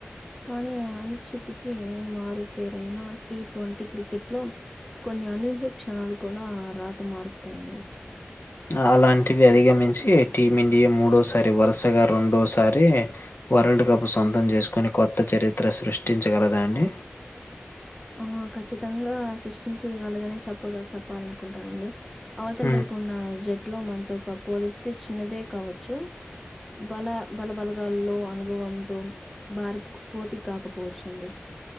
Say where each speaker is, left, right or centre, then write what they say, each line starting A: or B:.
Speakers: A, in the centre; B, on the left.
A: కానీ అనిశ్చితికి మారుపేరైైన టీ ట్వంటీ క్రికెట్లో కొన్ని అనూహ్య క్షణాలు కూడా రాత మారుస్తాయండి
B: అలాంటివి అధిగమించి టీమిండియా మూడోసారి వరుసగా రెండోసారి వరల్డ్ కప్ సొంతం చేసుకుొని కొత్త చరిత్ర సృష్టించగలదా అండి
A: ఆ ఖచ్చితంగా సృష్టించగలదనే చెప్పగా చెప్పాలనుకుంటానండి అవతల
B: హ్మ్.
A: వైపు ఉన్న జట్ ఇట్లో మనతో పోలిస్తే ఇస్తే చిన్నదే కావచ్చు బల బల బలగాల్లో అనుభవంతో భారత్కు పోటీ కాకపోచ్చండి